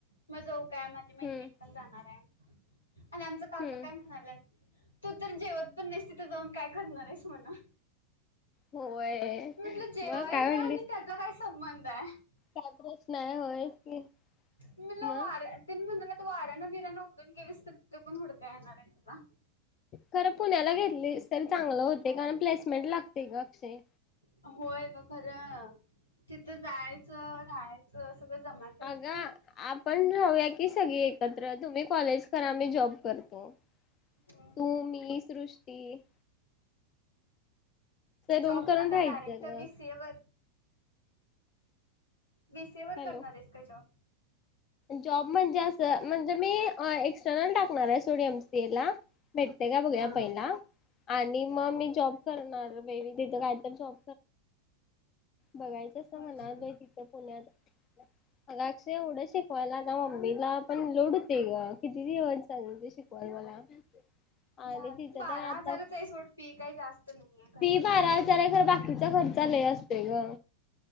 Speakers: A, on the left; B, on the left.
A: मग जाऊ काय माझी मैत्रिणी
B: हम्म
A: पण जाणार आहे आ.
B: हम्म
A: काय म्हणाल्यात तू तर जेवत पण नाहीस तिथे जाऊन काय करणार आहेस णा
B: होय.
A: म्हटल जेवायच
B: मग काय म्हणलीस?
A: आणि त्याच काय संबंध आहे.
B: काय प्रश्न आहे होयस की
A: मणला
B: मग
A: आर तिन महिन. वाऱ्यान विरां उडून गेलीस तर तिथकून उडता येणार आहे तला.
B: खरं पुण्याला घेतली तरी चांगलं होते कारण प्लेसमेंट लागते का अक्षय.
A: अ खरं तिथं जायचं राहायचं सगळं जमा पाहिजे
B: अगं आपण राहूया की सगळी एकत्र तुम्ही कॉलेज करा म जॉब करतो.
A: हम्म
B: तू मी सृष्टी
A: जॉब
B: रूम करून
A: आता
B: राहायचं
A: डायरेक्ट
B: ग
A: बीसीए वर विसे वर
B: हॅलो
A: करणार आहेस काय जॉब
B: जॉब म्हणजे असं म्हणजे मी एक्सटर्नल टाकणार आहे सोडियम सी ला भेटते का बघूया
A: हा
B: पहिला आणि मग
A: हा
B: मी जॉब करणार पहि म तिथं काय तर जॉब. बघायचं अस मनाैतण्यातक्षय.
A: होय सोड
B: शिकवायला आ मम्मीला पण लोड होते ग किती ज चालल ते शिकवायल मला आणि
A: झा
B: तिचं
A: बारा
B: तर आता
A: हजारच आहे सोडपी काही. जास्त नाहीये खरं.
B: फी बारा हजार आहे घर बाकीचा खर्चाल असते ग